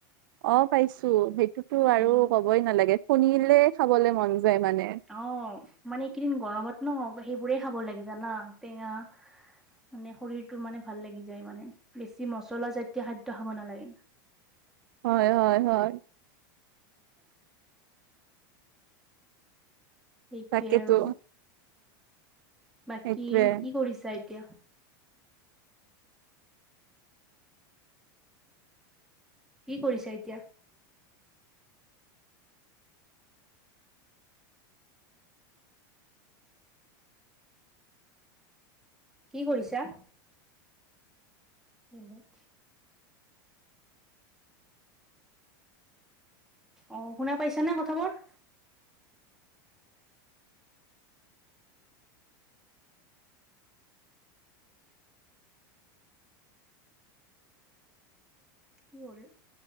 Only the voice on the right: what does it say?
অ পাইছোঁ সেইটোতো
আৰু ক'বই নালাগে শুনিলেই খাবলৈ মন যায় মানে
হয় হয় হয়
তাকেতো
সেইটোৱে।